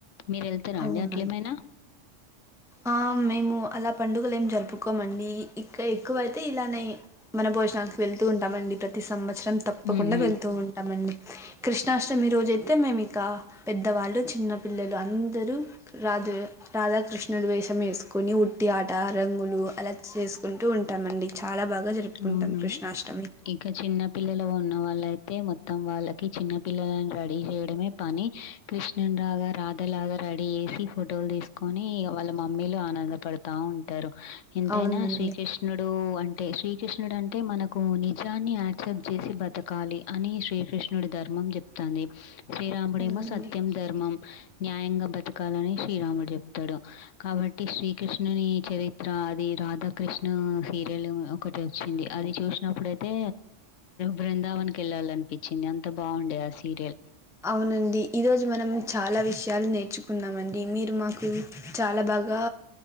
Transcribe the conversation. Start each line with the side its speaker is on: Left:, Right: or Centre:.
Left: మీర్ ఎళ్తరా
Centre: అవునండి
Left: అండి అట్లేమైనా
Centre: ఆ మేము అలా పండుగలేం జరుపుకోమండి ఇక్క ఎక్కువైతే ఇలానే వన భోజనాలక్ వెళ్తూ ఉంటామండి ప్రతి సంవత్స రం తప్పకుండా
Left: హుహు.
Centre: వెళ్తూ ఉంటామండి. కృష్ణాష్టమి రోజై తే మేం ఇక పెద్దవాళ్ళు చిన్న పిల్లలు అందరు రాదు రాధాకృష్ ష్ణుడు వేషం ఏస్కొని ఉట్టి ఆట రంగులు అలా చేస్కుంటూ ఉంటామండి. చాలా బాగా జరుపుకుంటాం
Left: అవును
Centre: కృష్ణాష్టమి
Left: ఇక చిన్న పిల్లలు ఉన్నవాళ్ళై తే మొత్తం వాళ్ళకి చిన్న పిల్లలన్ రెడీ జేయడమే పని కృష్ణుని రాగా రాధలాగా రెడీ జేసి ఫోటోల్ తీస్కోని ఇగ వాళ్ళ మమ్మీలు ఆనంద పడతా ఉంటరు. ఎంతైనా
Centre: అవునండి
Left: శ్రీకృష్ణుడు అంటే శ్రీ కృష్ణుడు అంటే మనకు నిజాన్ని యాక్సెప్ట్ చేసి బతకాలి అని శ్రీకృష్ణుడు ధర్మం జెప్తు తాంది. శ్రీరాముడేమో
Centre: అవునండి
Left: సత్యం, ధర్మం న్యాయంగా బతకాలని శ్రీరాముడు జెప్తడు కాబట్టి శ్రీకృష్ణునీ చరిత్ర అది ఈ రాధాకృష్ణ సీరియల్ ఒకటి వచ్చింది అది చూసినప్పుడయితే బృందావన్ కి యెళ్ళాలనిపిచింది అంత బావుండే ఆ సీరియల్
Centre: అవునండి ఈరోజు మనం చాలా విషయాలు నేర్చుకున్నామండి మీరు మాకు చాలా బాగా